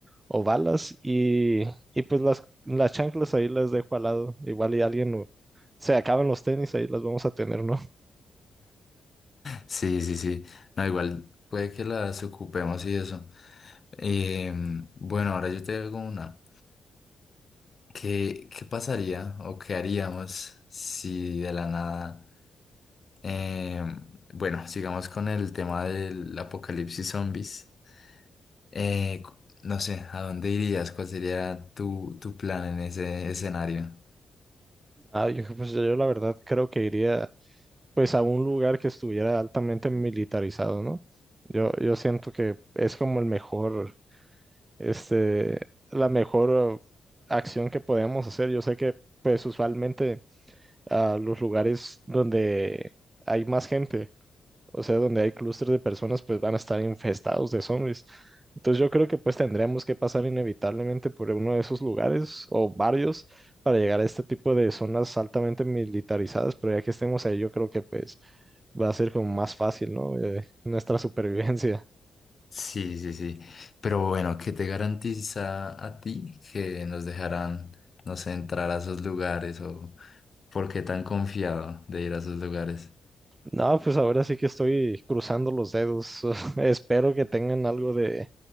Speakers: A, on the right; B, on the left.
A: o balas y, y pues las, las chanclas ahí las dejo al lado. Igual y alguien o- se acaban los tenis, ahí las vamos a tener, ¿no?
B: Sí, sí, sí. No, igual puede que las ocupemos y eso. Em, bueno, ahora yo te hago una. ¿Qué, qué pasaría o qué haríamos si de la nada... em, bueno, sigamos con el tema del apocalipsis zombies. Eh, cu- no sé, ¿a dónde irías? ¿Cuál sería tu, tu plan en ese escenario?
A: <laughs> Ah, yo, pues yo la verdad creo que iría pues a un lugar que estuviera altamente militarizado, ¿no? Yo, yo siento que es como el mejor, este, la mejor eh, acción que podemos hacer. Yo sé que pues usualmente a los lugares donde hay más gente, o sea, donde hay clústeres de personas, pues van a estar infestados de zombies. Entonces yo creo que pues tendremos que pasar inevitablemente por uno de esos lugares o varios para llegar a este tipo de zonas altamente militarizadas, pero ya que estemos ahí, yo creo que pues va a ser como más fácil, ¿no? Eh, nuestra supervivencia.
B: Sí, sí, sí. Pero bueno, ¿qué te garantiza a ti que nos dejarán, no sé, entrar a esos lugares o por qué tan confiado de ir a esos lugares?
A: No, pues ahora sí que estoy cruzando los dedos. <laughs> Espero que tengan algo de